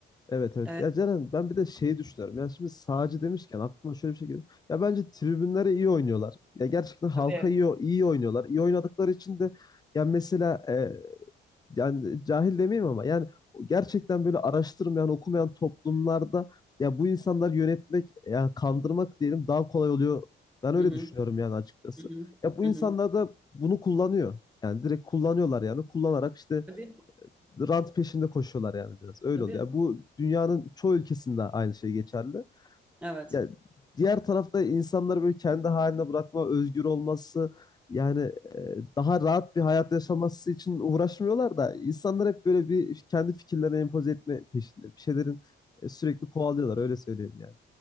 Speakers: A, on the left; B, in the centre.
A: Evet evet.
B: E,
A: Ya Ceren ben bir de şeyi düşünüyorum. Yani şimdi sağcı demişken aklıma şöyle bir şey geliyor. Ya bence tribünlere iyi oynuyorlar. Ya gerçekten halka
B: tabii.
A: iyi, iyi oynuyorlar. İyi oynadıkları için de ya mesela e, yani cahil demeyeyim ama yani gerçekten böyle araştırmayan, okumayan toplumlarda ya bu insanları yönetmek, yani kandırmak diyelim daha kolay oluyor. Ben öyle
B: Hı hı,
A: düşünüyorum yani açıkçası.
B: hı hı,
A: Ya bu insanlar
B: hı hı.
A: da bunu kullanıyor. Yani direkt kullanıyorlar yani kullanarak işte
B: Tabii,
A: rant peşinde koşuyorlar yani biraz. Öyle
B: tabii.
A: oluyor. Yani bu dünyanın çoğu ülkesinde aynı şey geçerli.
B: Evet.
A: Yani diğer tarafta insanları böyle kendi haline bırakma, özgür olması yani e, daha rahat bir hayat yaşaması için uğraşmıyorlar da insanlar hep böyle bir kendi fikirlerini empoze etme peşinde. Bir şeylerin e, sürekli kovalıyorlar öyle söyleyeyim yani.